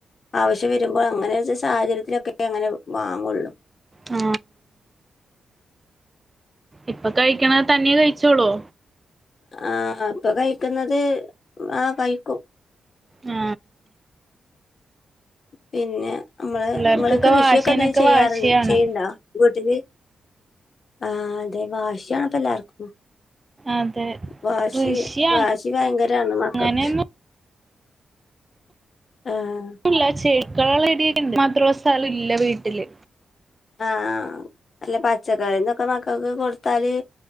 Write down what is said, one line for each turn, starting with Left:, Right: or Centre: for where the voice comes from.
Left: ആവശ്യം വരുമ്പോൾ അങ്ങനെ സാഹചര്യത്തിലൊക്കെ കിട്ടും അങ്ങനെ വാങ്ങുള്ളൂ
Right: ആ ഇപ്പൊ കഴിക്കണ തന്നെയ കഴിച്ചോളൂ
Left: ആ ഇപ്പൊ കഴിക്കുന്നത് ആ കഴിക്കും
Right: ആ
Left: പിന്നെ നമ്മള്
Right: പിള്ളേർക്കൊക്കെ
Left: നിങ്ങള് കൃഷിയൊക്കെ
Right: വാശിനൊക്കെ
Left: എന്ത ചെയ്യാറുണ്ട്
Right: വാശിയാണ്
Left: ചെയ്യണ്ടാ വീട്ടില് ആ അതെ വാശിണപ്പ എല്ലാർക്കും
Right: അതെ
Left: വാശി
Right: കൃഷി
Left: വാശി ഭയങ്കരാണ്
Right: അങ്ങനെയൊന്നും
Left: മക്കൾക്ക് ആ
Right: ഇല്ല ചേ കാളടിയിണ്ട് മദ്രോസ <unintelligible> ലില്ല വീട്ടില്
Left: ആ ആ അല്ല പച്ചക്കറിന്നൊക്കെ മക്കൾക്ക് കൊടുത്താല്